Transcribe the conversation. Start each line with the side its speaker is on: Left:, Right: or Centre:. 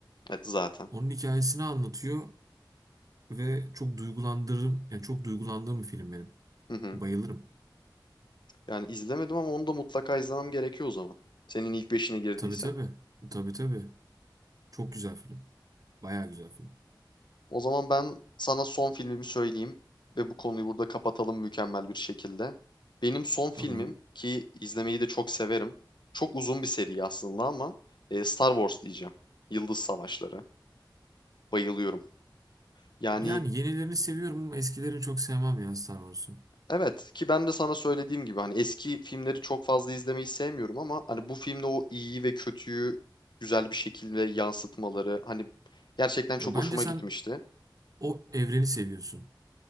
Left: evet zaten.
Right: Onun hikayesini anlatıyor ve çok duygulandırırım. Yani çok duygulandığım bir film benim.
Left: Hı hı.
Right: Bayılırım.
Left: Yani izlemedim ama onu da mutlaka izlemem gerekiyor o zaman. Senin ilk beşine girdiyse.
Right: Tabii tabii. Tabii tabii. Çok güzel film. Bayağı güzel film.
Left: O zaman ben sana son filmimi söyleyeyim ve bu konuyu burada kapatalım mükemmel bir şekilde. Benim son filmim
Right: Tamam.
Left: ki izlemeyi de çok severim. Çok uzun bir seri aslında ama e, Star Wars diyeceğim. Yıldız Savaşları. Bayılıyorum. Yani
Right: Yani yenilerini seviyorum ama eskilerini çok sevmem ya Star Wars'un.
Left: evet ki ben de sana söylediğim gibi hani eski filmleri çok fazla izlemeyi sevmiyorum ama hani bu filmde o iyiyi ve kötüyü güzel bir şekilde yansıtmaları hani gerçekten çok
Right: Ya bence
Left: hoşuma
Right: sen
Left: gitmişti.
Right: O evreni seviyorsun.